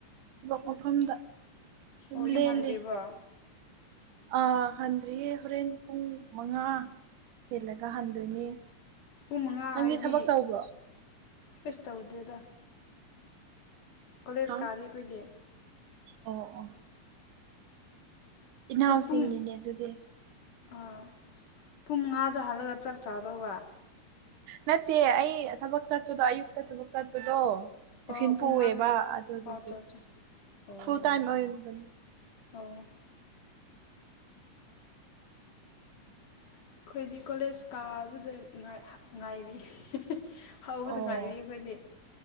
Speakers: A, on the right; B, on the left.
A: ꯊꯕꯛ ꯃꯐꯝꯗ ꯑꯗꯨꯝ
B: ꯑꯣ ꯌꯨꯝ
A: ꯂꯦꯜꯂꯤ
B: ꯍꯟꯗ꯭ꯔꯤꯕꯣ
A: ꯑꯥ ꯍꯟꯗ꯭ꯔꯤꯌꯦ ꯍꯣꯔꯦꯟ ꯄꯨꯡ ꯃꯉꯥ ꯍꯦꯜꯂꯒ ꯍꯟꯗꯣꯏꯅꯦ
B: ꯄꯨꯡ ꯃꯉꯥ
A: ꯅꯪꯒꯤ
B: ꯍꯥꯏꯗꯤ
A: ꯊꯕꯛ ꯇꯧꯕ꯭ꯔꯣ
B: ꯀꯩꯁꯨ ꯇꯧꯗꯦꯗ ꯀꯣꯂꯦꯖ
A: ꯍꯥ
B: ꯀꯥꯔꯤ ꯑꯩꯈꯣꯏꯗꯤ
A: ꯑꯣ ꯑꯣ ꯏꯅꯥꯎꯁꯤꯡꯅꯤꯅꯦ
B: ꯑꯗꯨ ꯄꯨꯡ
A: ꯑꯗꯨꯗꯤ
B: ꯑꯥ ꯄꯨꯡ ꯃꯉꯥꯗ ꯍꯜꯂꯒ ꯆꯥꯛ ꯆꯥꯗꯧꯕ
A: ꯅꯠꯇꯦ ꯑꯩ ꯊꯕꯛ ꯆꯠꯄꯗꯣ ꯑꯌꯨꯛꯇ ꯊꯕꯛ ꯆꯠꯄꯗꯣ ꯇꯤꯐꯤꯟ
B: ꯑꯣ ꯄꯨꯡ
A: ꯄꯨꯑꯦꯕ
B: ꯃꯉꯥꯗ
A: ꯑꯗꯨꯗꯨꯗꯒꯤ
B: ꯑꯣ ꯆꯥ ꯆꯥ ꯑꯣ
A: ꯐꯨꯜ ꯇꯥꯏꯝ ꯑꯣꯏꯕꯅꯤ
B: ꯑꯣ ꯑꯩꯈꯣꯏꯗꯤ ꯀꯣꯂꯦꯖ ꯀꯥꯕꯗ ꯉꯥꯏꯔꯤ ꯍꯧꯕꯗꯨ
A: ꯑꯣ
B: ꯉꯥꯏꯔꯤ ꯑꯩꯈꯣꯏꯗꯤ